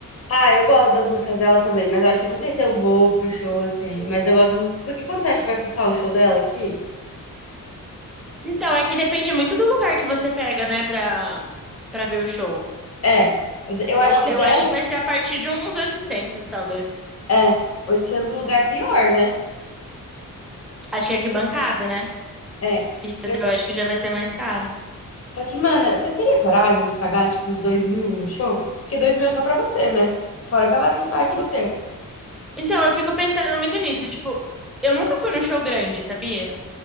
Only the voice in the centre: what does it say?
Então, é que depende muito do lugar que você pega, né, pra, pra ver o show.
Eu,
eu
acho que vai ser a partir de uns 800 talvez.
Acho que é arquibancada, né?
Pista,
eu acho que já vai ser mais caro.
E-
Então, eu fico pensando muito nisso. Tipo, eu nunca fui num show grande, sabia?